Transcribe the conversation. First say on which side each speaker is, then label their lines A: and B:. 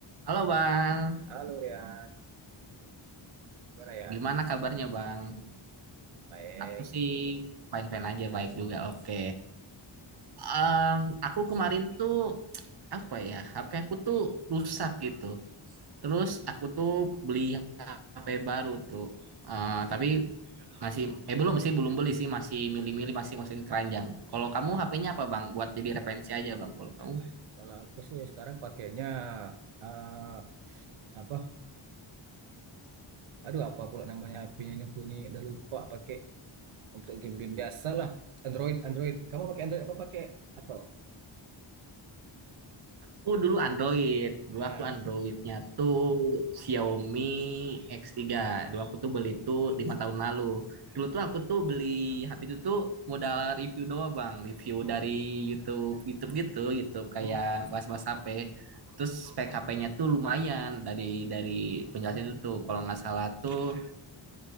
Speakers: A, on the right; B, on the right.
A: Halo Bang,
B: Halo Rian, gimana Rian?
A: gimana kabarnya Bang?
B: Baik.
A: Aku sih fine-fine aja, baik juga, oke. Em, aku kemarin tuh, apa ya, HP aku tuh rusak gitu. Terus aku tuh beli HP baru tuh. Eh, tapi masih, eh belum sih, belum beli sih, masih milih-milih, masih masukin keranjang. Kalau kamu HP-nya apa Bang? Buat jadi referensi aja Bang, kalau kamu.
B: Kalau aku sih sekarang pakainya eh, apa? Aduh apa pula namanya HP-nya ini aku nih udah lupa pakai untuk game-game biasa lah. Android, Android. Kamu pakai Android apa pakai Apple?
A: Aku dulu Android, dulu
B: Nah,
A: aku Androidnya tuh Xiaomi X3. Dulu aku tuh beli tuh lima tahun lalu. Dulu tuh aku tuh beli HP itu tuh modal review doang bang, review dari YouTube, YouTube gitu, YouTube kayak
B: Hmm.
A: was-was HP. Terus spek HP-nya tuh lumayan dari dari penjelasan itu tuh, kalau nggak salah tuh